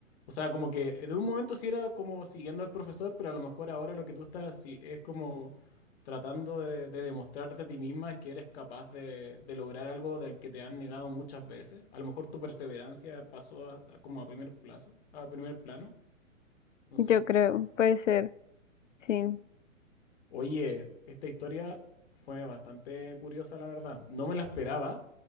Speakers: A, on the left (about 50°); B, on the left (about 65°).
A: O sea, como que de un momento sí era como siguiendo al profesor, pero a lo mejor ahora lo que tú estás sí, es como tratando de, de demostrarte a ti misma que eres capaz de, de lograr algo del que te han negado muchas veces. A lo mejor tu perseverancia pasó a- a como a primer plazo, a primer plano, no
B: Yo
A: sé.
B: creo, puede ser, sí.
A: Oye, esta historia fue bastante curiosa, la verdad. No me la esperaba.